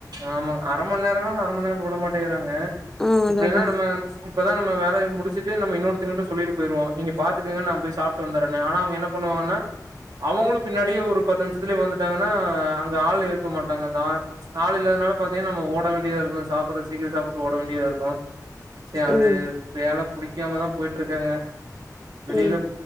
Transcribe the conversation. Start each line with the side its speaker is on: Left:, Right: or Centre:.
Right: ஆமாங் அர மண் நேரனாலு அர மண் நேரோ விட மாட்டேங்கறாங் க
Centre: ஆ
Right: இப்டியல்லா
Centre: அதா அதா
Right: நம்ம இப்பதா நம் ம வேலய முடிச்சுட்டு நம்ம இன்னொருத்தங்ககிட்ட சொல்லிட்டு போயிருவோ நீங்க பாத்துக்கங்க நா போய் சாப்ட்டு வந்துர்றேன்னு ஆனா அவங்க என்ன பண்ணுவாங்கன்னா அவங்களு பின்னாடியே ஒரு பத்தாவது நிமிஷத்துலயே வந்துட்டாங்கன்னா அங்க ஆள் இருக்க மாட்டாங்க அந்த ஆ ஆளு இல்லாதனால பாத்தீங்னா நம்ம ஓட வேண்டியதா இருக்கு சாப்பட சீக்கிர சாப்புட்டு ஓட வேண்டியாதா இருக்கு சேரி அது
Centre: ம்
Right: வேல புடிக்காமதா போயிட்ருக்கங்க வெளில
Centre: ம்